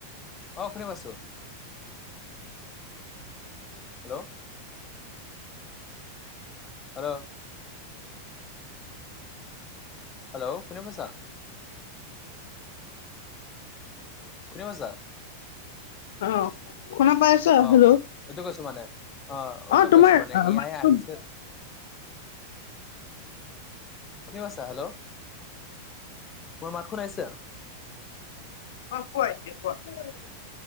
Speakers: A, on the left; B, on the left.
A: অ শুনা পাইছোঁ। হেল্ল'। হেল্ল'। হেল্ল' কোনে কৈছা কোনে কৈছা?
B: অ শুনা পাই ছা
A: অ
B: হেল্ল'
A: এইটো কৈছো মানে এইটো
B: অ
A: কৈছো
B: তোমাৰ
A: মানে এ
B: মাতটো
A: আই আহিছে শুনি পাইছা হেল্ল। মোৰ মাত খন আহিছে?
B: অ কোৱা এতিয়া কোৱা।